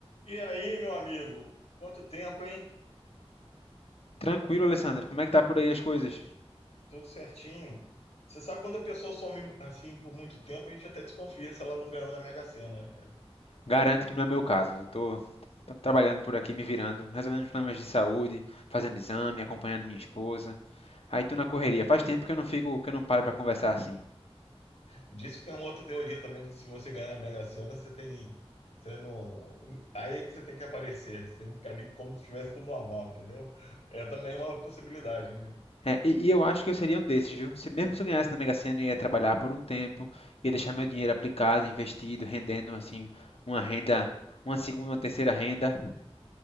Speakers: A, on the left; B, on the left.
A: E aí, meu amigo? Quanto tempo, hein?
B: Tranquilo, Alessandro. Como é que tá por aí as coisas?
A: Tudo certinho. Você sabe quando a pessoa some assim por muito tempo, a gente até desconfia se ela não ganhou na Mega Sena, né, cara?
B: Garanto que não é meu caso. Eu tô, tô trabalhando por aqui, me virando, resolvendo os problemas de saúde, fazendo exame, acompanhando minha esposa. Aí tô
A: É.
B: na correria. Faz tempo que eu não fico, que eu não paro pra conversar assim.
A: Diz que tem uma outra teoria também, que se você ganhar na Mega Sena, você tem. Você não. Aí é que você tem que aparecer. Você tem que ficar ali como se estivesse tudo normal, entendeu? É também uma possibilidade, né?
B: É, e, e eu acho que eu seria um desses, viu? Se mesmo se eu ganhasse na Mega Sena, eu ia trabalhar por um tempo, ia deixar meu dinheiro aplicado, investido, rendendo assim uma renda, uma segunda, uma terceira renda.